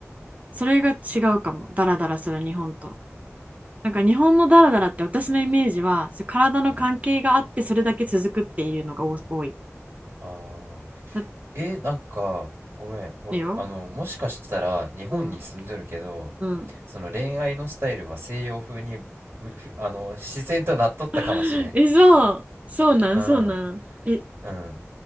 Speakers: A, on the right; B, on the right.
A: それが違うかも、ダラダラする日本と。なんか日本のダラダラって私のイメージは、そう体の関係があってそれだけ続くっていうのが多多い。
B: うんああ
A: だっ
B: ーえなんかごめん俺あのもしかしたら日本に住んどるけど
A: てよ。うん。うん。
B: その恋愛のスタイルは西洋風にむふあの自然となっとったかもしれん
A: <laughs> え、そう。そうなん、
B: うん
A: そうなん。え、
B: うん